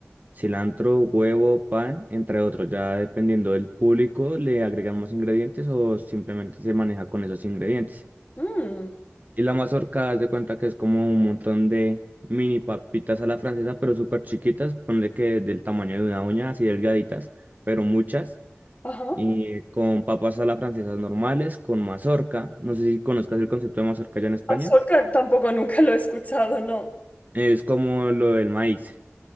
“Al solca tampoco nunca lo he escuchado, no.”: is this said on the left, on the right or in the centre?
Left